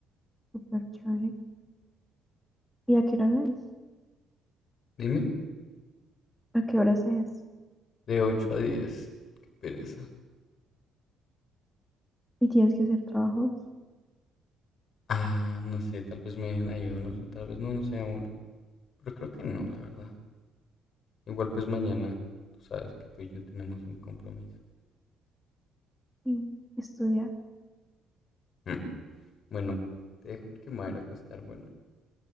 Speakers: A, in the centre; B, on the left.
A: súper chévere. ¿Y a qué hora es?
B: dime,
A: ¿A qué horas es?
B: de ocho a 10 qué pereza.
A: ¿Y tienes que hacer trabajos?
B: Ah, no sé, tal vez me dejen ahí unos, o tal vez no, no sé, amor. Pero creo que no, la verdad. Igual pues mañana, tú sabes que tú y yo tenemos un compromiso.
A: Sí, estudiar.
B: Mm. Bueno, te dejo porque me voy a ir a acostar. Bueno,